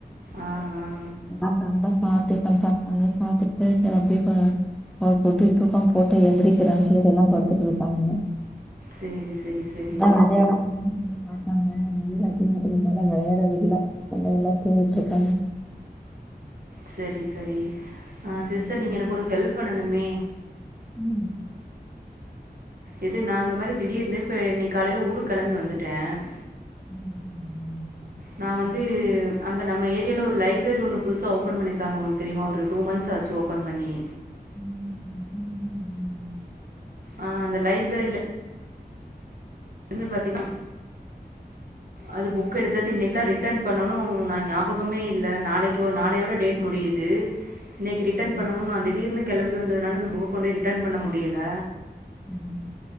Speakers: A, on the right; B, in the centre.
A: ஆ ஆ
B: என்னா காண்ட சாத்து டிப்பன் கா ஒன்னு சாப்டுட்டு செரி அப்டியே போ ஒரு குட்டி தூக்கம் போட்டு எந்திரிக்கிறன்னு சொல்லிட்டு எல்லாம் படுத்துட்டு இருக்காங்க
A: சேரி செரி செரி
B: அதா வெளையாட போணு இ காப்பாங்க வெயில் அதிகமா இருக்றனால விளையாட விடுல விளையாட கூவுட்டு இருக்காங்க
A: சரி சரி ஆ
B: ம்
A: சிஸ்டர் நீங்க
B: ம்
A: எனக்கு ஒரு ஹெல்ப் பண்ணணுமே
B: ம்
A: இது நான் அந்தந்த மாரி திடீர்னு பே இன்னைக்கு காலேல ஊரு கிளம்பி வந்துட்ட அம்
B: ம், ம், ம்,
A: நா
B: ம்,
A: வந்து அங்க நம்ம ஏரியால ஒரு லைப்ரரி ஒன்னு புதுசா ஓப்ப பண்ணிருக்காங்க உங்ளுக் தெரியுமா ஒரு டூ மந்த்ஸ் ஆச்சி ஓப்பன் பண்ணி
B: உம்
A: ஆ அந்த லைப்ரரில இந்து பாத்தீங்கா அது
B: ம்,
A: புக் எடுத்தது இன்னைக்கு தா ரிட்டன் பண்ணு நான் ஆஃப் ஞாபகமே இல்ல நாளைக்கோ நாளையோட டேட் முடியுது இன்னைக்கு ரிட்டன்
B: ம்,
A: பண்ணணு
B: ம்,
A: நா திடீர்னு கிளம்பி வந்ததுனால இந்த புக் கொண்டே ரிட்டன் பண்ண முடியல
B: ம்